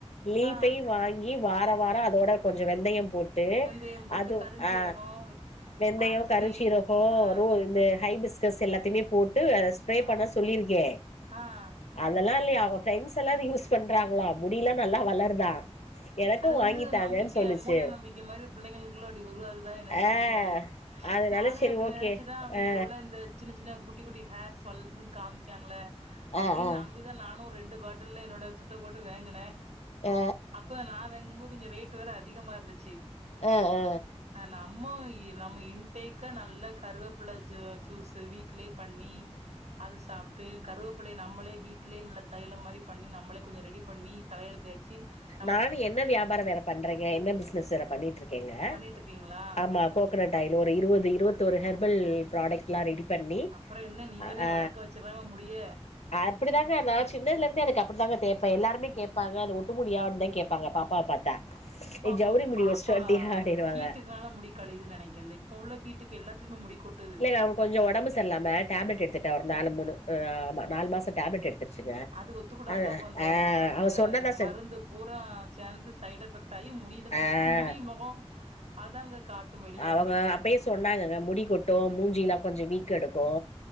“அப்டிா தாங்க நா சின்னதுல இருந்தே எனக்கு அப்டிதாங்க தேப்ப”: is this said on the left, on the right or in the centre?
Left